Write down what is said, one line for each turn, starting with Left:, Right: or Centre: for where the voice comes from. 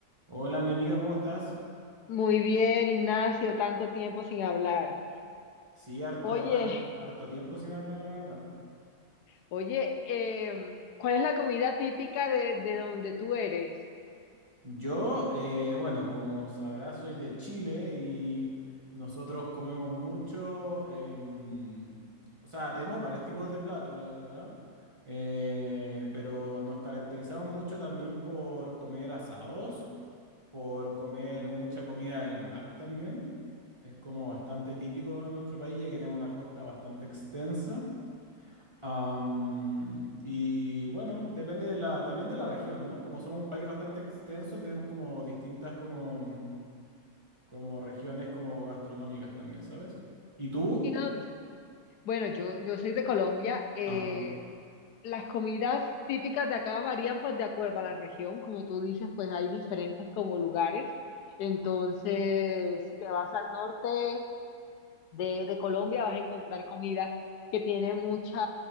Right: Hola, mi amiga, ¿cómo estás?
Left: Muy bien, Ignacio, tanto tiempo sin hablar.
Right: Sí, harto,
Left: Oye,
Right: har- harto, tiempo sin hablar, la verdad.
Left: oye, eh, ¿cuál es la comida típica de, de donde tú eres?
Right: Yo, eh, bueno, como sabrás, soy de Chile y nosotros comemos mucho, em, o sea, tenemos varios tipos de platos, la verdad, eh, pero nos caracterizamos mucho también por comer asados, por comer mucha comida del mar también. Es como bastante típico de nuestro país, ya que tenemos una costa bastante extensa. Am, y bueno, depende de la, también de la región, ¿no? Como somos un país bastante extenso, tenemos como distintas como, como regiones como gastronómicas también, ¿sabes? ¿Y tú?
Left: Y no- bueno, yo, yo soy de Colombia. eh,
Right: Ajá.
Left: las comidas típicas de acá varían pues de acuerdo a la región. Como tú dices, pues hay diferentes como lugares. Entonces, si te vas al norte de, de Colombia, vas a encontrar comida que tiene mucha,